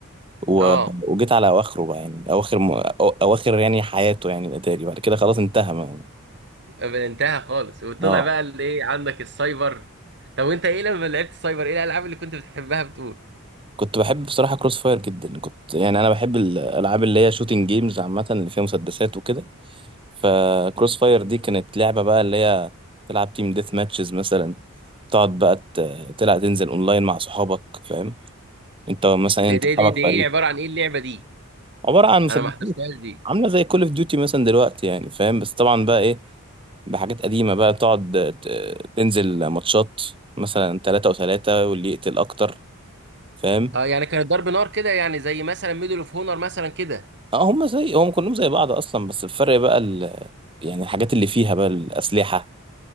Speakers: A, on the right; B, on the right.
A: و...
B: اه
A: وجيت على اواخره بقى يعني اواخر م... أو- اواخر يعني حياته يعني الاتاري بعد كده خلاص انتهى ما...
B: انتهى خالص وطلع
A: اه
B: بقى اللي ايه عندك السايبر طب وانت ايه لما لعبت السايبر ايه الالعاب اللي كنت بتحبها بتقول
A: كنت بحب بصراحه كروس فاير جدا كنت يعني انا بحب الالعاب اللي هي شوتنج جيمز عامه اللي فيها مسدسات وكده فكروس فاير دي كانت لعبه بقى اللي هي تلعب تيم ديث ماتشز مثلا تقعد بقى ت- تلعب تنزل اونلاين مع صحابك فاهم انت مثلا
B: ده
A: انت
B: ده
A: صحابك
B: دي دي
A: فريق
B: ايه عباره عن ايه اللعبه دي
A: عباره عن مسدسات
B: انا ما حضرتهاش دي
A: عامله زي كول اوف ديوتي مثلا دلوقتي يعني فاهم بس طبعا بقى ايه بحاجات قديمة بقى تقعد ت- تنزل ماتشات مثلا تلاتة وتلاتة واللي يقتل أكتر فاهم
B: اه يعني كانت ضرب نار كده يعني زي مثلا ميدل اوف هونر مثلا كده
A: اه هما زي هم كلهم زي بعض أصلا بس الفرق بقى ال... يعني الحاجات اللي فيها بقى الأسلحة